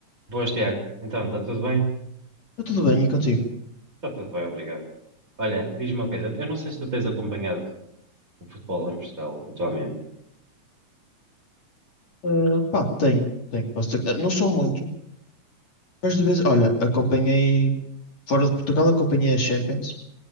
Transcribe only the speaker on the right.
Boas, Tiago. Então, está tudo bem?
Está tudo bem, obrigado. Olha, diz-me uma coisa. Eu não sei se tu tens acompanhado o futebol em Portugal atualmente.